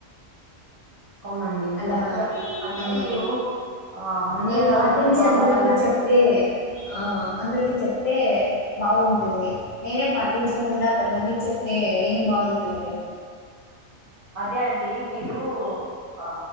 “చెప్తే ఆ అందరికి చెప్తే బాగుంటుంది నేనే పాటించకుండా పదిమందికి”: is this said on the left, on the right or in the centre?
Left